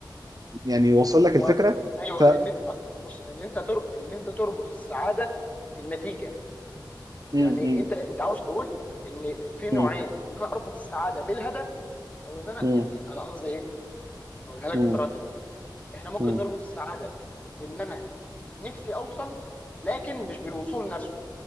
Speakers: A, on the right; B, on the left.
A: يعني وصل لك
B: هو
A: الفكره
B: ايوه
A: ف م-
B: ان اصلا بص ان انت تر... ان انت تربط السعاده بالنتيجه
A: م-
B: يعني انت انت عاوز تقول ان في نوعين
A: م-
B: ان انا اربط السعاده بالهدف او ان انا
A: م-
B: يعني انا قصدي ايه اقولها لك
A: م-
B: بطريقه تانيه احنا ممكن
A: م-
B: نربط السعاده بان انا نفسي اوصل لكن مش بالوصول نفسه